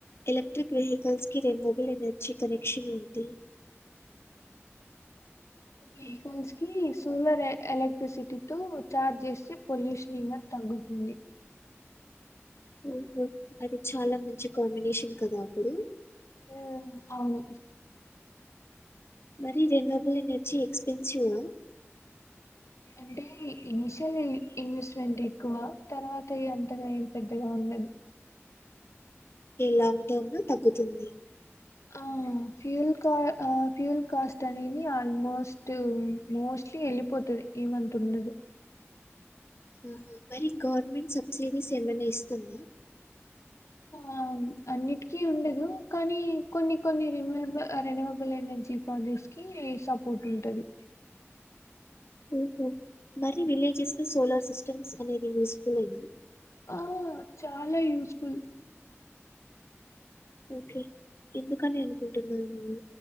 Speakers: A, on the left; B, on the left.
A: ఎలక్ట్రిక్ వెహికల్స్ కి రెనోబుల్ ఎనర్జీ కనెక్షన్ ఏంటి?
B: వెహికల్స్ కి సోలార్ ఎలక్ట్రిసిటీతోో చార్జ్ చేస్తే పొల్యూషన్ ఇంకా తగ్గుతుంది
A: ఉహు అది చాలా మంచి కాంబినేషన్ కదా అప్పుడు
B: ఉమ్ అవును
A: మరి రెనోవాబ్లాల్ అనేర్జీ ఎక్స్పెన్సివ్
B: అంటే ఇనీషియల్ ఇన్వెస్ట్మెంట్ ఎక్కువ తర్వాత ఇగ అంతగా ఏం పెద్దగా ఉండదు
A: లాంగ్ టర్మ్ లో తగ్గుతుంది
B: ఆ ఫ్యూల్ ఫ్యూల్ కాస్ట్ అనేది ఆల్మోస్ట్ మోస్ట్లీ వెళ్ళిపోతుది ఈ మంత్ ఉండదు
A: ఆ మరి గవర్నమెంట్
B: హ్మ్.
A: సబ్సిడీస్ ఏమైనా ఇస్తుందా
B: ఆ అన్నిటికీ ఉండదు కానీ కొన్ని కొన్ని రెన్వబుల్ రెన్వబుల్ ఎనర్జీ ప్రాజెక్ట్స్ కి సపోర్ట్ ఉంటది
A: ఉహు మరి విలేజెస్ లో సోలార్ సిస్టమ్స్ అనేది యూస్ ఫుల్ అయినా
B: ఆ చాలా యూస్ఫుల్
A: ఓకే ఎందుకని అనుకుంటున్నాను నేను